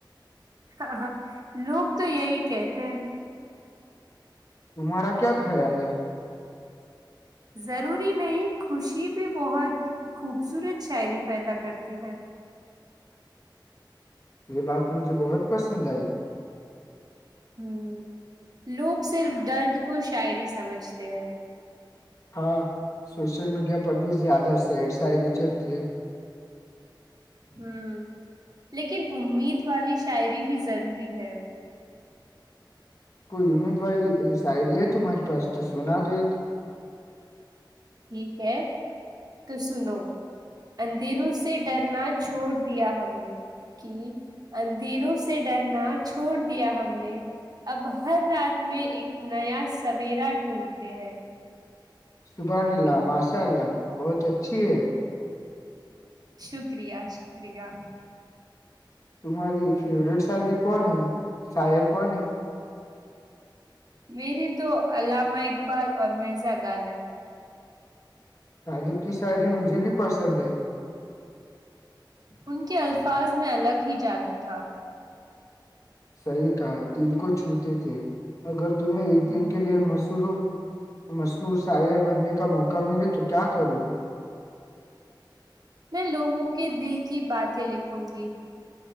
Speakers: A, on the right (about 50°); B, on the left (about 40°).
A: ہاں ہاں لوگ تو یہی کہتے ہیں
B: تمہارا کیا خیال ہے
A: ضروری نہیں، خوشی بھی بہت خوبصورت شاعری پیدا کرتی ہے
B: یہ بات مجھے بہت پسند آئی
A: ہ لوگ صرف درد کو شاعری سمجھتے ہیں
B: ہاں سوشل میڈیا پر بھی زیادہ سیڈ ساعری چلتی ہے
A: ہوں لیکن امید والی شاعری بھی ضروری ہے
B: کوئی امید وال شاعری ہے تمہارے پاس تو سنا دو ایک
A: ٹھیک ہے تو سنو اندھیروں سے ڈرنا چھوڑ دیا ہم نے کہ اندھیروں سے ڈرنا چھوڑ دیا ہم نے اب ہر رات میں ایک نیا سویرا ڈھونڈتے ہیں
B: سبحان اللہ ماشاء اللہ بہت اچھی ہے
A: شکریہ شکریہ <unintelligible>
B: ہماری فورٹ س کون شر <unintelligible> کوئی نہیں
A: میری تو علامہ اقبال اور مرزا غالب
B: غالب کی شاعری مجھے بھی پسند ہے
A: ان کے الفاظ میں الگ ہی جادو تھا
B: صحیح کہا دل کو چھوٹ تھے اگر <unintelligible> تمیں ایک
A: ہ
B: دن کے لیے مشہوروں مشہور سے شائر بننے کا موقع ملے تو کیا کرو گی
A: میں لوگوں کے دل کی باتیں لکھوں گی